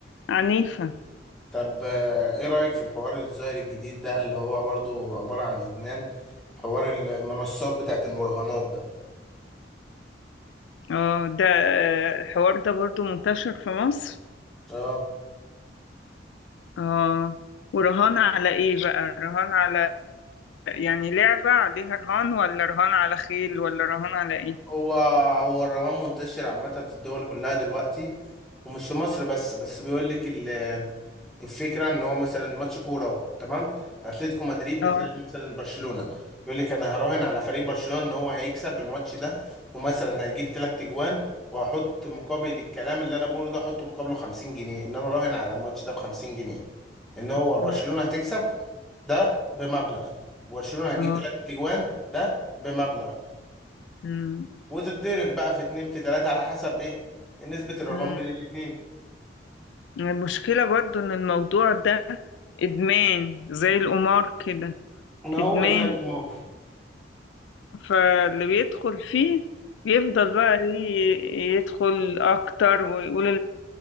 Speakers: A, on the left (about 80°); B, in the centre.
A: عنيفة
B: طب آه، ايه رأيك في الحوار الظاهر الجديد ده اللي هو برضو عبارة عن ادمان حوار المنصات بتاعت المراهنات ده
A: اه ده آه، الحوار ده برضو منتشر في مصر
B: اه
A: اه ورهان على ايه بقى رهان على يعني لعبة عليها رهان ولا رهان على خيل ولا رهان على ايه
B: هو هو الرهان منتشر عامة في الدول كلها دلوقتي ومش في مصر بس بس بيقول لك ال- الفكرة ان هو مثلا ماتش كورة اهو تمام اتلتيكو مدريد
A: اه
B: بتلعب مثلا برشلونة يقول لك انا هراهن على فريق برشلونة ان هو هيكسب الماتش ده ومثلا هيجيب تلات اجوان وهحط مقابل الكلام اللي انا بقوله ده احط مقابله 50 جنيه ان انا راهن على الماتش ده ب 50 جنيه ان هو
A: اه
B: برشلونة هتكسب ده بمبلغ وبرشلونة هتجيب
A: اه
B: تلات اجوان ده بمبلغ
A: أمم،
B: وتتضرب بقى في اتنين في تلاتة على حسب ايه نسبة الرهان
A: أمم.
B: بين الاتنين
A: المشكلة برضو ان الموضوع ده ادمان زي القمار كده
B: ما هو
A: ادمان
B: زي القمار
A: فاللي بيدخل فيه بيفضل بقى ي- يدخل اكتر ويقول